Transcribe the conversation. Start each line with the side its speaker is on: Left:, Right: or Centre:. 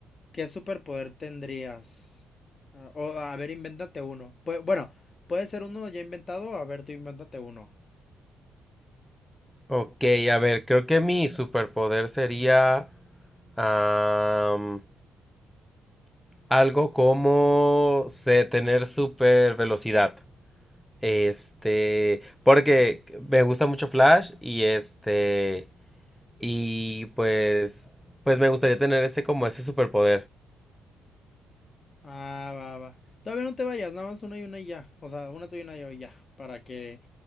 Left: ¿qué superpoder tendrías? Ah, o, a ver, invéntate uno. Pue- bueno, puede ser uno ya inventado. A ver, tú invéntate uno.
Centre: Ok, a ver, creo que mi superpoder sería am, algo como sé, tener super velocidad. Este, porque me gusta mucho Flash y este, y pues, pues me gustaría tener ese como ese superpoder.
Left: Ah, va, va. Todavía no te vayas, nada más una y una y ya. O sea, una tú y una yo y ya. Para que